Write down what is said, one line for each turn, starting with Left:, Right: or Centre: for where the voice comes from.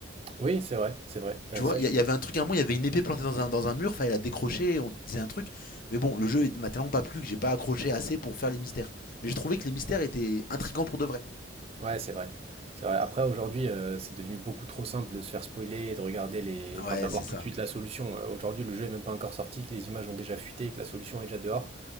Right: Oui, c'est vrai, c'est vrai.
Left: Tu
Right: Euh,
Left: vois,
Right: ça,
Left: il
Right: je
Left: y, y avait un truc à un moment, il y avait une épée plantée dans un, dans un mur, fallait la décrocher, on disait un truc. Mais bon, le jeu m'a tellement pas plu que j'ai pas accroché assez pour faire les mystères. Mais j'ai trouvé que les mystères étaient intrigants pour de vrai.
Right: Ouais, c'est vrai. C'est vrai. Après, aujourd'hui, euh, c'est devenu beaucoup trop simple de se faire spoiler, et de regarder les...
Left: Ouais,
Right: Enfin, d'avoir
Left: c'est ça.
Right: tout de suite la solution. Euh, Aujourd'hui, le jeu est même pas encore sorti, que les images ont déjà fuité, que la solution est déjà dehors.